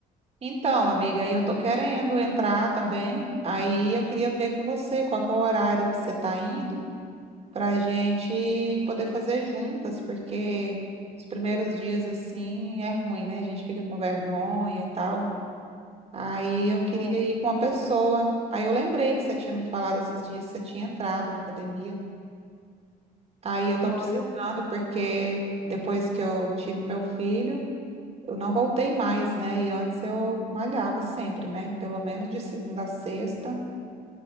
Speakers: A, on the right (about 35°); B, on the left (about 20°).
A: Então, amiga, aí eu tô querendo entrar também. Aí eu queria ver com você qual que é o horário que você tá indo para a gente poder fazer juntas, porque os primeiros dias assim é ruim, né? A gente fica com vergonha e tal. Aí eu queria
B: É
A: ir com uma
B: verdade.
A: pessoa. Aí eu lembrei que você tinha me falado esses dias que você tinha entrado na academia. Aí eu tô
B: Não,
A: precisando,
B: eu,
A: porque depois que eu tive meu filho. eu não voltei mais, né? E antes eu malhava sempre, né? Pelo menos de segunda a sexta.